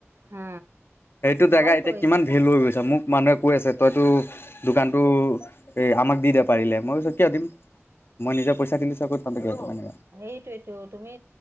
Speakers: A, on the right; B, on the left.
A: হা
B: সেইটো জেগা
A: ভাল
B: এতিয়া
A: কৰিছা
B: কিমান ভেলো হৈ গৈছে, মোক মানুহে কৈ আছে তইতো দোকানটো এই আমাক দি দে পাৰিলে, মই কৈছোঁ কিয় দিম মই নিজে পইচা দিলোঁ চক'ত সঁচাকে মানে।
A: সেইটোৱেতো তুমি